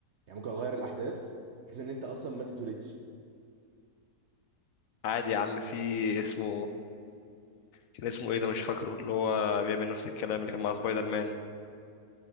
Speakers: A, on the right; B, on the left.
A: يعني ممكن اغير الاحداث بحيث ان انت اصلا ما تتولدش
B: عادي يا عم في اسمه كان اسمه ايه ده مش فاكره اللي هو بيعمل نفس الكلام اللي كان مع سبايدر مان